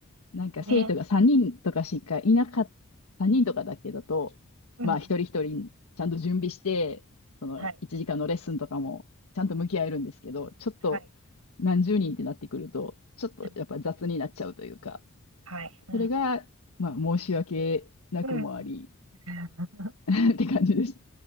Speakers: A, on the left (about 80°); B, on the right (about 85°).
A: なんか生徒が3人とかしかいなかった、
B: い。ね。
A: 3人とかだけだと、
B: うんうん。
A: まあ一人一人ちゃんと準備して、その1時間のレッスンとかもちゃんと向き合えるんですけど、
B: はい。
A: ちょっと何十人ってなってくると、
B: はい。
A: ちょっとやっぱ雑になっちゃうというか、
B: うんうん。はい。うん。
A: それが、まあ申し訳なくもあり
B: うんうん。<laughs>
A: <laughs> って感じです。